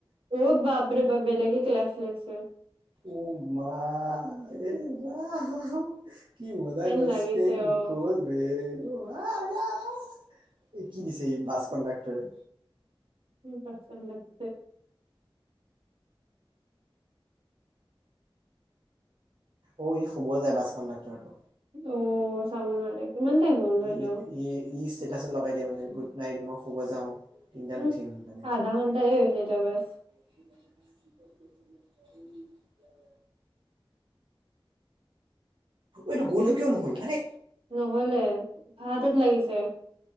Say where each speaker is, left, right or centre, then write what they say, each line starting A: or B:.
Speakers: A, on the right; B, on the right.
A: অ' বাপৰে বাপ বেলেগে ক্লাছ লৈছে।
B: ও মা <unintelligible> কি মজা
A: হেন
B: গল
A: লাগিছে
B: স্পেইন
A: অ'
B: গ'ল বে। <unintelligible> এই কি দিছে এই বাছ কণ্ডাক্টৰে?
A: <unintelligible>
B: অ ই শুব যায় বাছ কণ্ডাক্টৰটো।
A: অ চাব নোৱাৰে। কিমান টাইম হ'ল? নো এনেও
B: ই ই ই ষ্টেটাচত লগাই দিয়ে মানে, গুড নাইট মই শুব যাওঁ। তিনটাত
A: উম
B: উঠিম তেনেকে
A: আধা ঘণ্টা এই হৈছে এতিয়া বাছ।
B: <unintelligible> ঐটো গলটো
A: ধেই
B: কিয় নহল আৰে
A: নহলে হাতত লাগিছে।